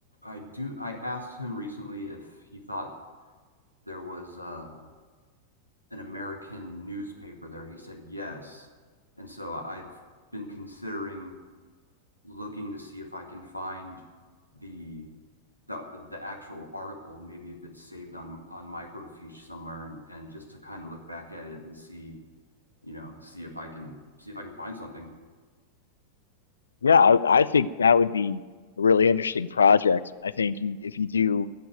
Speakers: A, on the left; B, on the left.
A: I do. I asked him recently if he thought there was uh, an American newspaper there. He said yes, and so I've been considering looking to see if I can find the the the actual article, maybe if it's saved on on microfiche somewhere, and and just to kind of look back at it and see you know see if I can see if I can find something.
B: Yeah, I, I think that would be a really interesting project. I think you, if you do